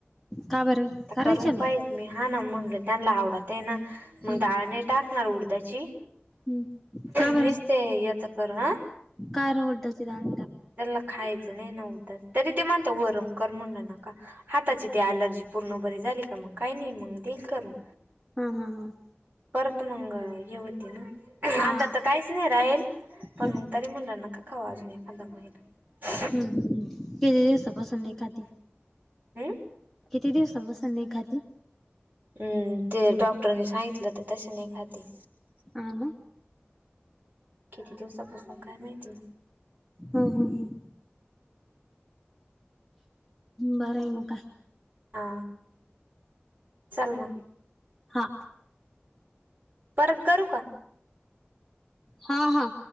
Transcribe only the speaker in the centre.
का बरं
करायच्या
ना
हम्म
हम्म का बरं
कार उडदाची डाळ
हा हा हा
हा
ह
हम्म ह. किती दिवसा पासून नाही खाते
किती दिवसा पासून नाही खाते?
आ ना.
हा हा हा. बरं आहे म का
हा
हा हा.